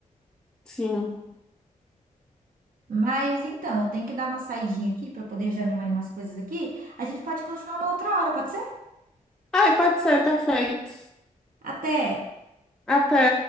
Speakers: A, in the centre; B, on the right.
A: Sim.
B: Mas então, eu tenho que dar uma saidinha aqui pra poder ajudar minha mãe em umas coisas aqui. A gente pode continuar uma outra hora, pode ser?
A: Ai, pode ser, perfeito.
B: Até!
A: Até.